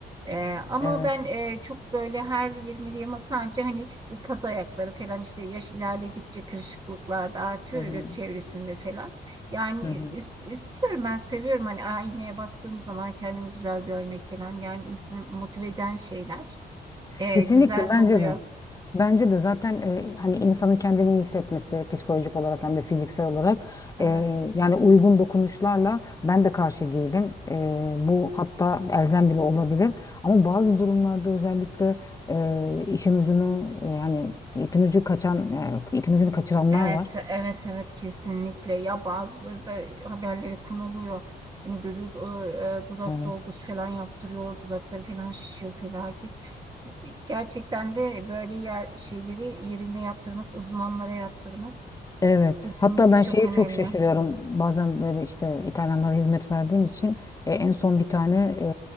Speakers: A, on the right (about 25°); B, on the left (about 20°).
A: Ee, ama
B: Evet.
A: ben e, çok böyle her 20 yıma sadece hani bu kaz ayakları falan işte yaş ilerledikçe kırışıklıklar da artıyor
B: Hı hı.
A: ya göz çevresinde falan. Yani
B: Hı hı.
A: is- istiyorum ben seviyorum hani aynaya baktığım zaman kendimi güzel görmek falan yani insanı motive eden şeyler. E,
B: Kesinlikle
A: güzel
B: bence
A: de oluyor.
B: de. Bence de zaten e, hani insanın kendini iyi hissetmesi psikolojik olarak hem de fiziksel olarak
A: Evet,
B: e, yani uygun dokunuşlarla ben de karşı değilim. E, bu hatta elzem bile olabilir. Ama bazı durumlarda özellikle e, işin ucunu e, yani ipin ucu kaçan e, ipin ucunu kaçıranlar
A: evet,
B: var.
A: evet, evet kesinlikle. Ya bazıları da haberlere konuluyor. Hani görüyoruz o e, dudak
B: Evet.
A: dolgusu falan yaptırıyor, dudakları falan şişiyor felaket. Gerçekten de böyle yer, şeyleri yerinde yaptırmak, uzmanlara yaptırmak
B: Evet.
A: kesinlikle
B: Hatta ben
A: çok
B: şeye
A: önemli.
B: çok şaşırıyorum. Bazen böyle işte İtalyanlara hizmet verdiğim için e, en son bir tane e,